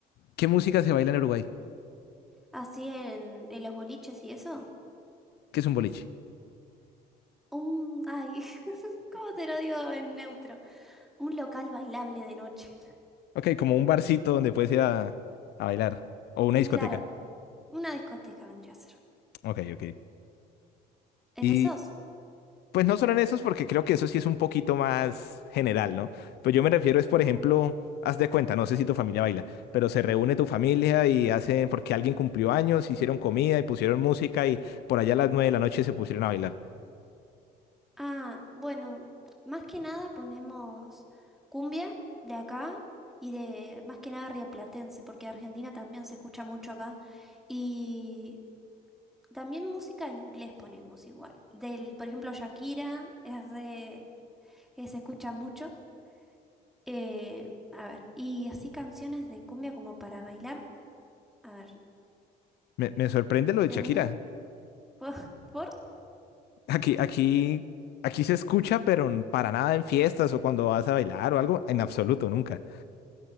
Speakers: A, on the left; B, in the centre.
A: ¿qué música se baila en Uruguay?
B: Así en, en los boliches y eso.
A: ¿Qué es un boliche?
B: Un, ay, <laughs> ¿cómo te lo digo en neutro? Un local bailable de noche.
A: Ok, como un barcito donde puedes ir a, a bailar. O una discoteca.
B: Claro, una discoteca vendría a ser.
A: Ok, ok.
B: En
A: Y
B: esos,
A: Pues no solo en esos, porque creo que eso sí es un poquito más general, ¿no? Pero yo me refiero es, por ejemplo, haz de cuenta, no sé si tu familia baila, pero se reúne tu familia y hacen, porque alguien cumplió años, hicieron comida y pusieron música y por allá a las nueve de la noche se pusieron a bailar.
B: ah, bueno, más que nada ponemos cumbia de acá y de más que nada rioplatense, porque Argentina también se escucha mucho acá. Y también música en inglés ponemos igual. Del, por ejemplo, Shakira es re, que se escucha mucho. Eh, a ver, y así canciones de cumbia como para bailar. A ver,
A: Me, me sorprende lo de
B: ¿tenés?
A: Shakira.
B: ¿Por? <laughs> por-
A: Aquí, aquí, aquí se escucha, pero n- para nada en fiestas o cuando vas a bailar o algo, en absoluto, nunca.